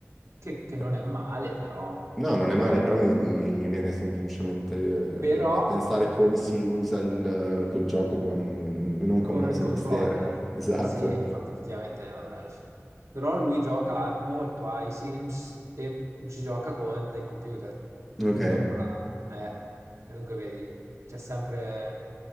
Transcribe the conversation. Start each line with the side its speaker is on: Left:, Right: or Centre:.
Right: che, che
Centre: Però-
Right: non è male però. Mm.
Centre: No, non è male, però mi, mi- mi viene semplicemente
Right: Però
Centre: eh, da pensare come si usa il- quel gioco con, non
Right: con
Centre: con mouse
Right: il controller.
Centre: e tastiera. <laughs> Esatto.
Right: Sì, infatti, effettivamente. eh, Però lui gioca molto ai Sims e ci gioca con il computer,
Centre: Ok.
Right: e non con la... eh, e dunque vedi, c'è sempre...